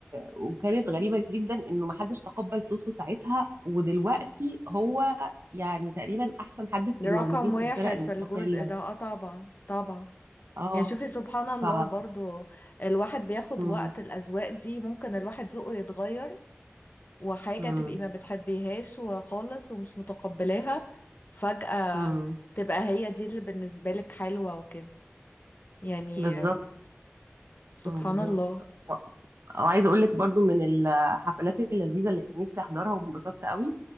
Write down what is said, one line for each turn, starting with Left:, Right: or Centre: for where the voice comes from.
Right: وكانت غريبة جدا انه محدش تقبل صوته ساعتها ودلوقتي هو يعني تقريبا احسن حد في
Left: رقم
Right: الموجودين
Left: واحد
Right: في الفرق المستقلة
Left: في الجزء ده
Right: دي
Left: اه طبعا طبعا
Right: اه
Left: يعني شوفي سبحان الله
Right: ف
Left: برضو الواحد بياخد
Right: مم.
Left: وقت الأذواق دي ممكن الواحد ذوقه يتغير وحاجة
Right: مم.
Left: تبقي ما بتحبيهاش وخالص ومش متقبلاها فجأة
Right: مم.
Left: تبقى هي دي اللي بالنسبة لك حلوة وكده يعني
Right: بالظبط
Left: سبحان
Right: مم. بالظبط
Left: الله
Right: و- وعايزة اقول لك برضو من الحفلات اللذيذة اللي كان نفسي احضرها وانبسطت قوي